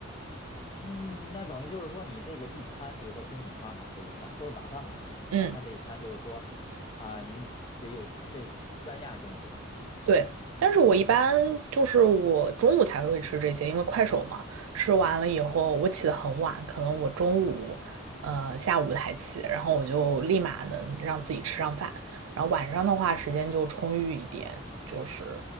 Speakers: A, on the left; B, on the right.
A: 嗯，那等于就是说你这个一餐，比如说中午饭吧，这一餐或者晚饭吧，
B: 嗯，
A: 晚饭这一餐就是说啊，你得有这个三样东西是吧？
B: 对，但是我一般就是我中午才会吃这些，因为快手嘛，吃完了以后我起得很晚，可能我中午，呃，下午才起，然后我就立马能让自己吃上饭，然后晚上的话时间就充裕一点，就是